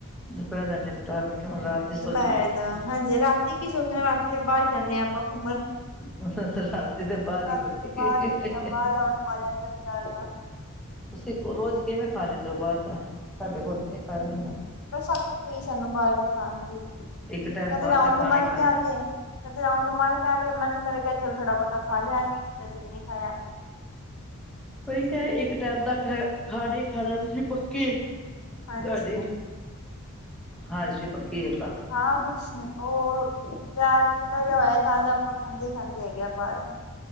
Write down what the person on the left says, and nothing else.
ਦੁਪਹਿਰ ਦਾ ਤਾਂ ਹਾਂਜੀ 'ਰਾਤੀ ਕੀ ਸੋਚਨਾ ਰਾਤੀ ਜੋਂ ਬਾਹਰ ਹੀ ਜਾਂਦੇ ਹਾਂ ਆਪਾਂ ਘੁੰਮਣ।
ਰਾਤੀ
ਦੇ ਬਾਹਰ
ਹੀ ਹੁੰਦੇ ਆ' ਬਾਹਰ ਰਾਊਂਡ ਮਾਰਿਆਦਾ ਬਾਜ਼ਾਰ ਦਾ।
ਬਸ ਸਾਨੂੰ ਪਈ ਸਾਨੂੰ ਬਾਹਰ ਦੇ ਖਾਣ ਦੀ
ਕਦੇ
ਰਾਊਂਡ
ਮਰ
ਕੇ ਆ ਗਏ। ਕਦੇ ਰਾਊਂਡ ਮਾਰ ਕੇ ਆ ਕੇ ਮਨ ਕਰੇਗਾ ਚੱਲ ਥੋੜਾ ਬਹੁਤਾ ਖਾ ਲਿਆ। ਨਹੀਂ ਕੀਤਾ ਚੱਲ ਨਹੀਂ ਖਾਇਆ।
ਹਾਂਜੀ
ਹਾਂ ਬਸ। ਉਹ ਵਿਆਹ ਜਿੱਦਣ ਹੋਇਆ ਤਾਂ ਤਾਂ ਆਪਾਂ ਖਾਂਦੇ ਹੀ ਖਾਂਦੇ ਹੈਗੇ ਆ ਬਾਹਰ ਤਾਂ।